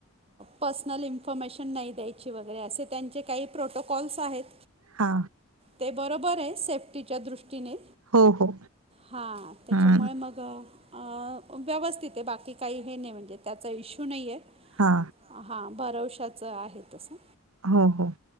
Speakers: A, on the right; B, on the right.
A: पर्सनल इन्फॉर्मेशन नाही द्यायची वगैरे असे त्यांचे काही प्रोटोकॉल्स आहेत.
B: हा.
A: ते बरोबर आहे सेफ्टीच्या दृष्टीने.
B: हो हो
A: हा. त्याच्यामुळे
B: हम्म
A: मग आ व्यवस्थित आहे बाकी काही हे नाही म्हणजे त्याचा इश्यू नाही आहे.
B: हा
A: हा. भरवशाच आहे तसं.
B: हो हो.